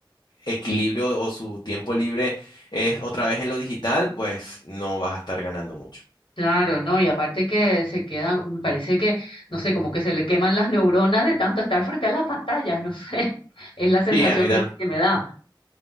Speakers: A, on the left; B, on the left.
A: equilibrio o su tiempo libre es otra vez en lo digital, pues no vas a estar ganando mucho.
B: Claro, no, y aparte que se queda, me parece que, no sé, como que se le queman las neuronas de tanto estar frente a las pantallas, no sé, <laughs> es la sensación
A: Sí, a mí
B: que,
A: también.
B: que me da.